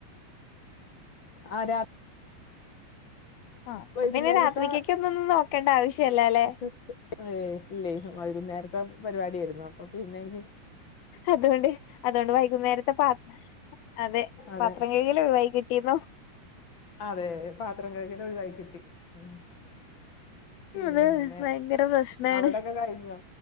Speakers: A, on the left; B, on the left.
A: ആ രാ
B: ആപ്പ
A: വൈകുന്നേരത്തെ
B: പിന്നെ രാത്രിക്കെക്കൊന്നും നോക്കേണ്ട ആവശ്യ ഇല്ലാലെ
A: <unintelligible> ഏ ഇല്ലേ വൈകുന്നേരത്തെ പരിപാടി ഏരുന്നു അപ്പൊ പിന്നെ ഇഞ്
B: അത് കൊണ്ട് അതുകൊണ്ട് വൈകുന്നേരത്തെ പാത്അതെ
A: അതെ
B: പാത്രം കഴ് ഇല്ല വൈകിട്ടീന്നു
A: അതേ പാത്രം കഴ്കല് ഒഴിവായി കിട്ടി ഉം പിന്നെ
B: അത് ഭയങ്കര പ്രശ്നാണ്
A: അവിടെ ഒക്കെ കഴിഞ്ഞോ